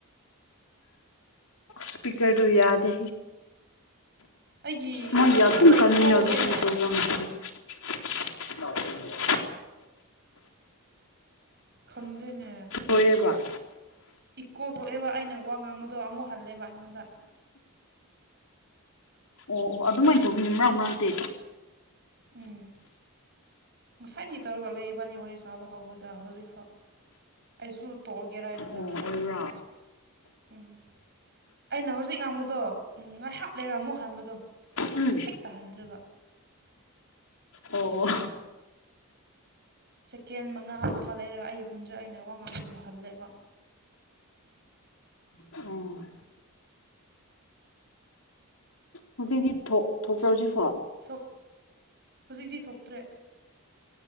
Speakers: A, on the left (about 75°); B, on the right (about 50°).
A: ꯁ꯭ꯄꯤꯀꯔꯗꯨ ꯌꯥꯗꯦ
B: ꯑꯩꯒꯤ
A: ꯃꯣꯏꯒꯤ
B: ꯈꯣꯟꯖꯦꯜꯗꯣ
A: ꯑꯗꯨꯝ ꯀꯅꯤ
B: ꯏꯀꯣ
A: <unintelligible>
B: ꯊꯣꯛꯑꯦꯅꯦ ꯈꯪꯗꯦꯅꯦ
A: ꯂꯣꯏꯑꯦꯕ
B: ꯏꯀꯣ ꯊꯣꯛꯑꯦꯕ ꯑꯩꯅ ꯋꯥ ꯉꯥꯡꯕꯗꯣ ꯑꯃꯨꯛ ꯍꯜꯂꯦꯕ ꯑꯩꯉꯣꯟꯗ
A: ꯑꯣ ꯑꯣ ꯑꯗꯨꯃꯥꯏꯅ ꯇꯧꯕꯤꯅꯤ ꯃꯔꯛ ꯃꯔꯛꯇꯤ
B: ꯎꯝ ꯉꯁꯥꯏꯗꯒꯤ ꯇꯧꯔꯒ ꯂꯩ ꯏꯕꯥꯅꯤ ꯋꯥꯔꯤ ꯁꯥꯥꯕ ꯍꯥꯎꯕꯗ ꯍꯧꯖꯤꯛꯐꯥꯎ ꯑꯩꯁꯨ ꯇꯣꯛꯑꯒꯦꯔꯅ ꯍꯥꯏꯅ
A: ꯑꯣ
B: ꯈꯟꯕꯅꯤ
A: ꯑꯣꯏꯕ꯭ꯔꯥ
B: ꯎꯝ ꯑꯩꯅ ꯍꯧꯖꯤꯛ ꯉꯥꯡꯕꯗꯣ ꯎꯝ ꯉꯥꯏꯍꯥꯛ ꯂꯩꯔꯝꯃꯣ ꯍꯟꯕꯗꯣ
A: ꯎꯝ
B: ꯍꯦꯛ ꯇꯥꯍꯟꯗ꯭ꯔꯒ
A: ꯑꯣ ꯑꯣ
B: ꯁꯦꯀꯦꯟ ꯃꯉꯥ ꯑꯃ ꯂꯩꯔꯒ ꯑꯩꯈꯣꯟꯁꯨ ꯑꯩꯅ ꯋꯥ ꯉꯥꯡꯕꯗꯨ ꯍꯜꯂꯦꯕ
A: ꯑꯣ ꯍꯧꯖꯤꯛꯇꯤ ꯊꯣꯛ ꯊꯣꯛꯄꯔ ꯍꯧꯖꯤꯐꯥꯎ
B: ꯁꯣ ꯍꯧꯖꯤꯛꯇꯤ ꯊꯣꯛꯇ꯭ꯔꯦ